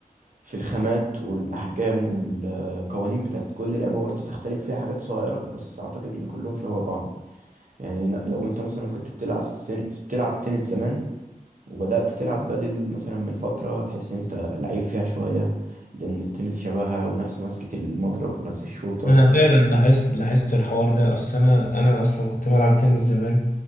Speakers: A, on the right; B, on the left.
A: في الخامات والأحجام والقوانين بتاعت كل لعبة برضه تختلف فيها حاجات صغيرة بس أعتقد إن كلهم شبه بعض يعني لو أنت مثلا كنت بتلعب سن... بتلعب تنس زمان وبدأت تلعب بدل مثلا من فترة تحس ان انت لعيب فيها شوية لأن التنس شبهها ونفس مسكة المضرب ونفس الشوطة
B: انا فعلا لاحظت لاحظت الحوار ده اصل انا انا اصلا كنت بلعب تنس زمان